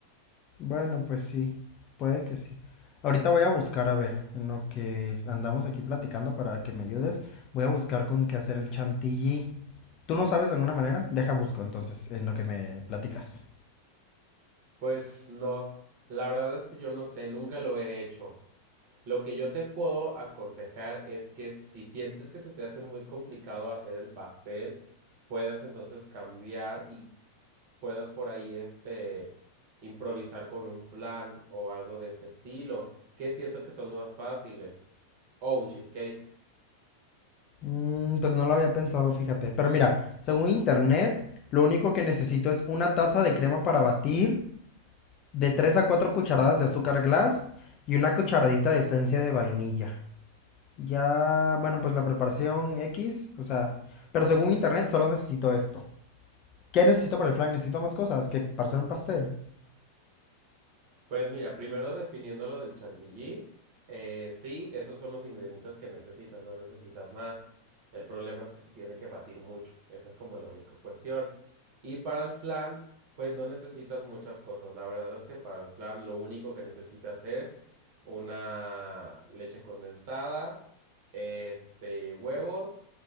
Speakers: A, on the left; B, on the right.
A: Bueno, pues sí, puede que sí. Ahorita voy a buscar, a ver, en lo que andamos aquí platicando para que me ayudes, voy a buscar con qué hacer el chantilly. ¿Tú no sabes de alguna manera? Deja busco entonces, en lo que me platicas.
B: Pues no, la verdad es que yo no sé, nunca lo he hecho. Lo que yo te puedo aconsejar es que si sientes que se te hace muy complicado hacer el pastel, puedas entonces cambiar y puedas por ahí este improvisar con un flan o algo de ese estilo, que siento que son más fáciles, o un cheesecake.
A: Mm, pues no lo había pensado, fíjate. Pero mira, según internet, lo único que necesito es una taza de crema para batir, de 3 a 4 cucharadas de azúcar glass y una cucharadita de esencia de vainilla. Ya, bueno, pues la preparación X, o sea, pero según internet solo necesito esto. ¿Qué necesito para el flan? Necesito más cosas que para hacer un pastel.
B: Pues mira, primero definiendo lo del chantilly, eh, sí, esos son los ingredientes que necesitas, no necesitas más. El problema es que se tiene que batir mucho, esa es como la única cuestión. Y para el flan, pues no necesitas muchas cosas. La verdad es que para el flan lo único que necesitas es una leche condensada, este, huevos,